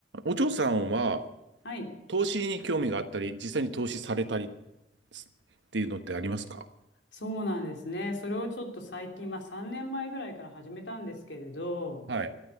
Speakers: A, on the right (about 85°); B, on the left (about 85°).
A: お嬢さんは
B: はい。
A: 投資に興味があったり、実際に投資されたりっていうのってありますか
B: そうなんですね。それをちょっと最近、まあ3年前ぐらいから始めたんですけれど、
A: はい。